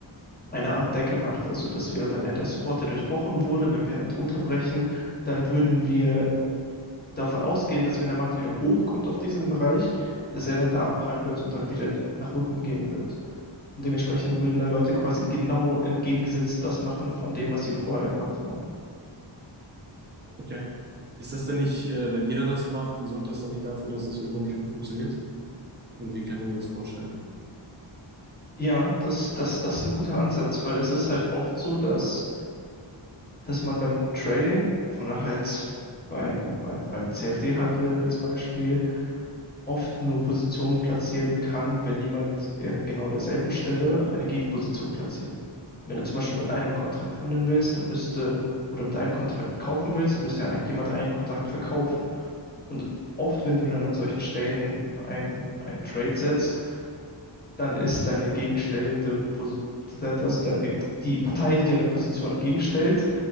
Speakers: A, on the left; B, on the right.
A: eine Art Decke macht. Also das wäre dann ja der Support, der durchbrochen wurde. Wenn wir halt drunter brechen, dann würden wir davon ausgehen, dass wenn der Markt wieder hochkommt auf diesen Bereich, dass er dann da abprallen wird und dann wieder nach unten gehen wird. Und dementsprechend würden dann Leute quasi genau entgegengesetzt das machen von dem, was sie vorher gemacht haben.
B: Okay. Ist das denn nicht, äh, wenn jeder das macht, sorgt das dann nicht dafür, dass das irgendwann nicht mehr funktioniert? Oder wie kann ich mir das vorstellen?
A: Ja, das, das, das ist ein guter Ansatz, weil es ist halt oft so, dass, dass man beim Trading oder halt beim, beim, beim CFD-Handel als Beispiel oft nur Positionen platzieren kann, wenn jemand in genau derselben Stelle eine Gegenposition platziert. Wenn du zum Beispiel mit einem Kontrakt handeln willst, dann müsste, oder mit einem Kontrakt kaufen willst, dann müsste ja jemand einen Kontrakt verkaufen. Und oft, wenn du dann an solchen Stellen ein, ein Trade setzt, dann ist deine gegenstellende Position also deine, die Partei, die deine Position entgegenstellt,